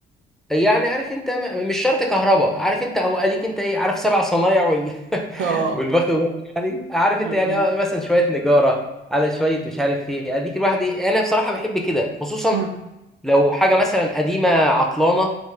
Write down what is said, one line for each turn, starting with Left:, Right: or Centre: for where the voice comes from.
Centre: يعني عارف انت م- مش شرط كهرباء عارف انت اهو اديك انت ايه عارف سبع صنايع وال <laughs>
Right: <laughs> اه
Centre: والبخت ده يعني عارف انت
Right: م-
Centre: يعني
Right: م.
Centre: اه مثلا شويه نجاره على شويه مش عارف ايه اديك الواحد ايه انا بصراحه بحب كده خصوصا
Right: مم.
Centre: لو حاجه مثلا قديمه عطلانه